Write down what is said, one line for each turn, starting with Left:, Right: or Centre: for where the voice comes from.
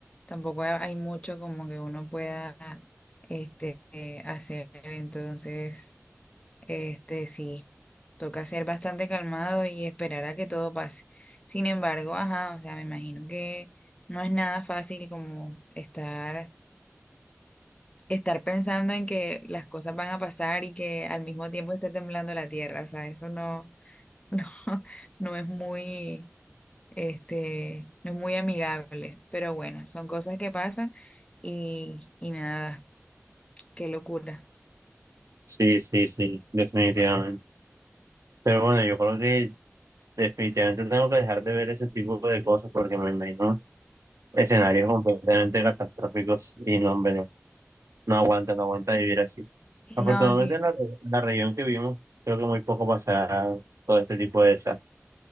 Left: tampoco ha- hay mucho como que uno pueda este, eh, hacer, entonces, este, sí, toca ser bastante calmado y esperar a que todo pase. Sin embargo, ajá, o sea, me imagino que no es nada fácil como estar, estar pensando en que las cosas van a pasar y que al mismo tiempo esté temblando la tierra, o sea, eso no. no, <laughs> no es muy, este, no es muy amigable, pero bueno, son cosas que pasan y, y nada, qué locura.
Right: Sí, sí, sí, definitivamente. Pero bueno, yo creo que definitivamente tengo que dejar de ver ese tipo de cosas porque me imagino escenarios completamente catastróficos y no, hombre, no, no aguanta, no aguanta vivir así. Afortunadamente
Left: No, sí,
Right: en la, re- en la región que vivimos, creo que muy poco pasará todo este tipo de desastres.